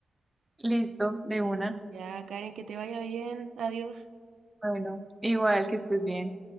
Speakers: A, in the centre; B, on the right.
A: listo, de una.
B: Ya, Karen, que te vaya bien. Adiós.
A: Bueno, igual que estés bien.